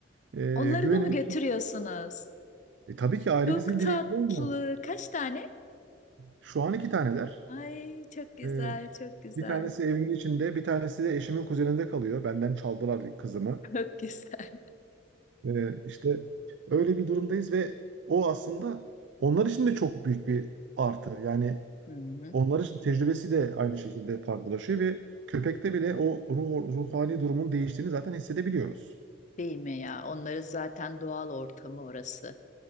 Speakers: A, on the right (about 70°); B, on the left (about 40°).
A: E,
B: Onları
A: güvenimiz
B: da mı götürüyorsunuz?
A: e, tabii ki ailemizin
B: Çok tatlı.
A: bireyleri var.
B: Kaç tane?
A: Şu an iki taneler.
B: Ay çok güzel,
A: E,
B: çok güzel.
A: bir tanesi evimin içinde, bir tanesi de eşimin kuzeninde kalıyor. Benden çaldılar kızımı.
B: <laughs> Çok güzel.
A: Ee, işte öyle bir durumdayız ve o aslında onlar için de çok büyük bir artı. Yani
B: Hı hı.
A: onlar için tecrübesi de aynı şekilde farklılaşıyor ve köpekte bile o ruh, ruhani durumun değiştiğini zaten hissedebiliyoruz.
B: Değil mi ya? Onları zaten doğal ortamı orası.